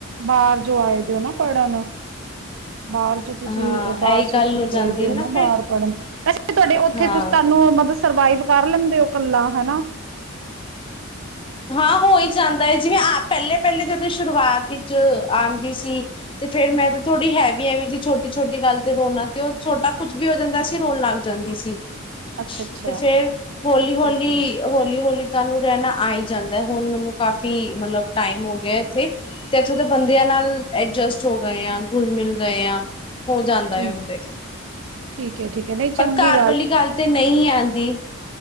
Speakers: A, on the right; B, on the left.
A: ਬਾਹਰ ਜੋ ਆਏ ਦਿਓ ਨਾ ਪੜਨ ਬਾਹਰ ਚ ਤੁਸੀਂ
B: ਹਾਂ
A: ਹ ਬਾਹਰ
B: ਇਹੀ
A: ਸਿਟੀ
B: ਗੱਲ
A: 'ਚ
B: ਹੋ
A: ਗਏਦੇ
B: ਜਾਂਦੀ
A: ਓ ਨਾ ਬਾਹਰ
B: ਫਿਰ
A: ਪੜ੍ਹਨ, ਵੈਸੇ ਤੁਹਾਡੇ ਉੱਥੇ
B: ਹਾਂ
A: ਤੁਸੀ ਤੁਹਾਨੂੰ ਮਤਲਬ ਸਰਵਾਈਵ ਕਰ ਲੈਂਦੇ ਓ ਕੱਲਾ, ਹਨਾ।
B: ਹਾਂ ਹੋ ਈ ਜਾਂਦਾ ਏ, ਜਿਵੇਂ ਆ ਪਹਿਲੇ ਪਹਿਲੇ ਜਦੋਂ ਸ਼ੁਰੂਆਤ ਇੱਚ ਆਂਦੀ ਸੀ ਤੇ ਫੇਰ ਮੈਂ ਤੇ ਥੋੜੀ ਹੈ ਵੀ ਐਵੇ ਜੀ, ਛੋਟੀ-ਛੋਟੀ ਗੱਲ ਤੇ ਰੋਣਾ ਤੇ ਉਹ ਛੋਟਾ ਕੁੱਝ ਵੀ ਹੋ ਜਾਂਦਾ ਸ ਚ ਰੋਣ ਲੱਗ ਜਾਂਦੀ ਸੀ।
A: ਅੱਛਾ-ਅੱਛਾ
B: ਤੇ ਫੇਰ ਹੌਲੀ-ਹੌਲੀ,
A: ਠੀਕ ਹੈ
B: ਹੌਲੀ-ਹੌਲੀ ਤਾਂਨੂੰ ਰਹਿਣਾ ਆਏ ਜਾਂਦਾ ਹੁਣ ਮੈਨੂੰ ਕਾਫੀ ਮਤਲਬ ਟਾਈਮ ਹੋ ਗਿਆ ਇੱਥੇ, ਤੇ ਇੱਥੋਂ ਦੇ ਬੰਦਿਆਂ ਨਾਲ ਐਡਜਸਟ ਹੋ ਗਏ ਆਂ, ਗੁਲ ਮਿਲ ਗਏ ਆ। ਹੋ ਜਾਂਦਾ
A: ਠੀਕ
B: ਏ ਉਹ ਤੇ,
A: ਠੀਕ ਹੈ ਠੀਕ ਹੈ ਨਹੀਂ ਚੰਗੀ
B: ਪਰ ਘਰ ਵਾਲੀ ਗੱਲ ਤੇ ਨਹੀਂ ਆਂਦੀ।